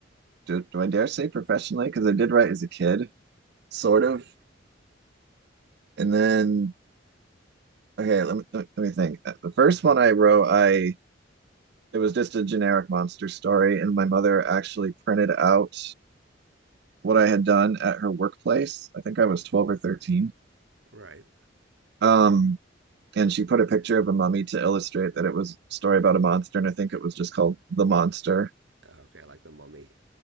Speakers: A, on the right (about 60°); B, on the right (about 80°).
A: do, do I dare say professionally? Because I did write as a kid, sort
B: right?
A: of. And then, okay, let me let me let me think. Uh, The first one I wrote, I it was just a generic monster story, and my mother actually printed out what I had done at her workplace. I think I was 12 or 13.
B: Right.
A: Um, and she put a picture of a mummy to illustrate that it was a story about a monster, and I think it was just called The Monster.
B: Okay, I like the mummy,